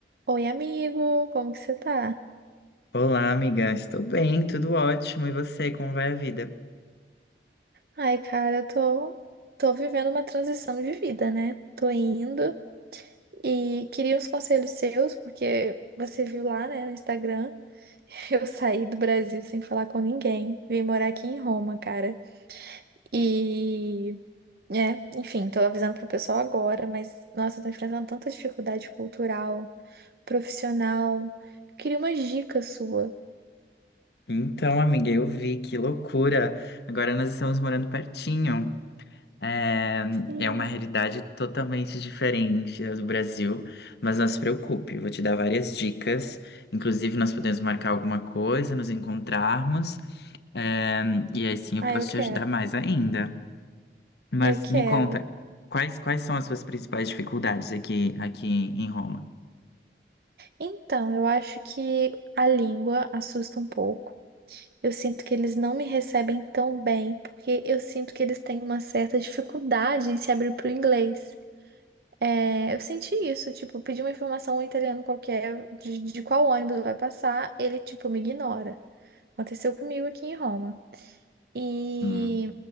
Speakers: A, on the right; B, on the left.
A: Oi, amigo, como que você tá?
B: Olá, amiga. Estou bem, tudo ótimo. E você, como vai a vida?
A: Ai, cara, eu tô, tô vivendo uma transição de vida, né? Tô indo e queria uns conselhos seus, porque você viu lá, né, no Instagram, <laughs> eu saí do Brasil sem falar com ninguém. Vim morar aqui em Roma, cara. E, é, enfim, tô avisando pro pessoal agora, mas, nossa, eu tô enfrentando tanta dificuldade cultural, profissional. Queria umas dicas sua.
B: Então, amiga, eu vi, que loucura. Agora nós estamos morando pertinho. É,
A: Sim.
B: é uma realidade totalmente diferente da do Brasil, mas não se preocupe, eu vou te dar várias dicas. Inclusive, nós podemos marcar alguma coisa, nos encontrarmos, é, e aí sim eu
A: Ah,
B: posso
A: eu quero.
B: te ajudar mais ainda. Mas
A: Eu quero.
B: me conta, quais, quais são as suas principais dificuldades aqui, aqui em Roma?
A: Então, eu acho que a língua assusta um pouco. Eu sinto que eles não me recebem tão bem, porque eu sinto que eles têm uma certa dificuldade em se abrir para o inglês. É, eu senti isso, tipo, pedi uma informação a um italiano qualquer de, de qual ônibus vai passar, ele, tipo, me ignora. Aconteceu comigo aqui em Roma. E,
B: Hum.